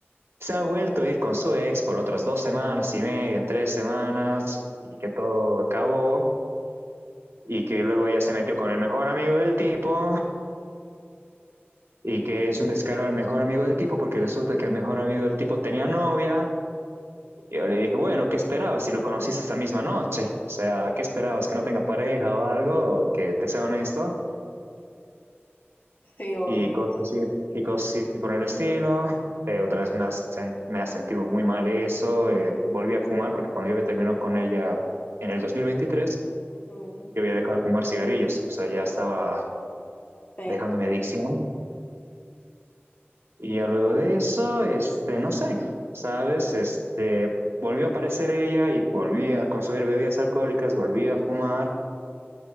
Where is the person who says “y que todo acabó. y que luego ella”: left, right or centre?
Right